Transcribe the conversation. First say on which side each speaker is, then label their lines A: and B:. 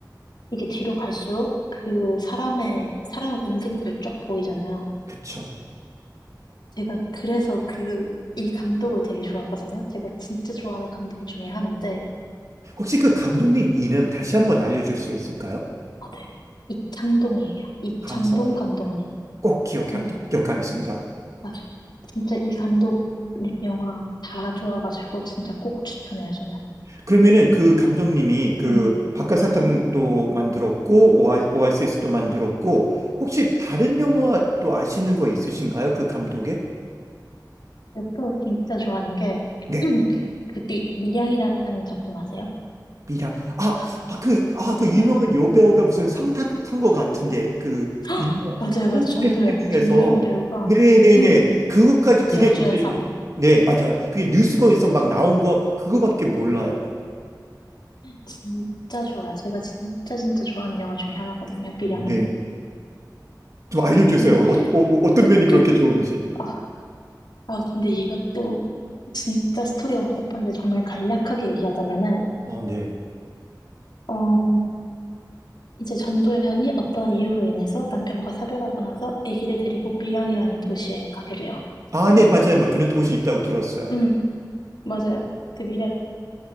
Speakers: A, on the left (about 70°); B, on the right (about 45°).
A: 이게 뒤로 갈수록 그 사람의, 살아온 인생들이 쫙 보이잖아요.
B: 그쵸.
A: 제가 그래서 그, 이 감독을 되게 좋아하거든요. 제가 진짜 좋아하는 감독 중에 하나인데,
B: 혹시 그 감독님 이름 다시 한번 알려줄 수 있을까요?
A: 어, 네. 이창동이에요. 이창동
B: 감사합니다.
A: 감독님.
B: 꼭 기억하,
A: 네.
B: 기억하겠습니다.
A: 맞아. 진짜 이 감독님 영화 다 좋아가지고 진짜 꼭 추천해요, 저는.
B: 그러면은 그 감독님이 그
A: 응.
B: 박하사탕도
A: 응.
B: 만들었고, 오아, 오아시스도 만들었고, 혹시 다른 영화 또 아시는 거 있으신가요? 그 감독의?
A: 근데 또 진짜 좋아하는 게,
B: 네.
A: <clears throat> 그 미, 미량이라는 작품 아세요?
B: 미량. 아, 아, 그, 아, 그 유명한
A: 응.
B: 여배우가 무슨 상 탄, 탄거 같은데, 그,
A: <gasps>
B: 유명한
A: 맞아요, 맞아요.
B: 한
A: 전도연.
B: 페스티벌에서.
A: 전도연 배우가,
B: 네네네.
A: 응.
B: 그것까지, 그게
A: 여우주연상.
B: 그때, 네, 맞아요. 그게 뉴스거에서 막 나온 거, 그거밖에 몰라요.
A: 진짜 좋아요. 제가 진짜 진짜 좋아하는 영화 중에 하나거든요, 미량이.
B: 어, 네. 좀
A: 어,
B: 알려주세요.
A: 근데,
B: 어, 어, 어, 어떤
A: <clears throat>
B: 면이 그렇게 좋은지.
A: 아, 아, 근데 이것도 진짜 스토리가 복잡한데 정말 간략하게 얘기하자면은,
B: 아, 네.
A: 어, 이제 전도연이 어떤 이유로 인해서 남편과 사별하고 나서 아기를 데리고 밀양이라는 도시에 가게 돼요.
B: 아, 네, 맞아요. 뭐 그런 도시 있다고 들었어요.
A: 응, 맞아요. 그 밀양으로